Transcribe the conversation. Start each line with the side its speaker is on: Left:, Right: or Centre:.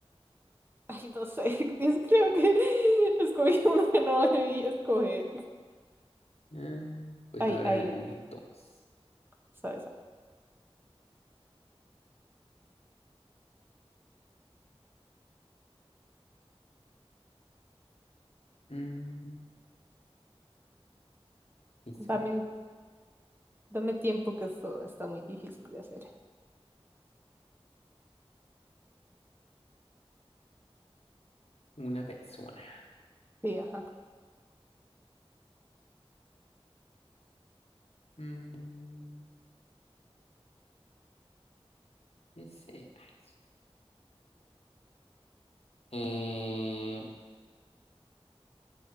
Right: Ay, no sé. <laughs> Es- creo que <laughs> escogí uno que no debí escoger.
Left: Mm, pues
Right: Ay,
Left: ahora
Right: ay,
Left: dibuje entonces.
Right: sabes,
Left: Mm, hizo
Right: dame,
Left: un-
Right: dame tiempo que esto está muy difícil de hacer.
Left: una persona.
Right: Sí, ajá.
Left: Mm, ¿qué será eso? Eh,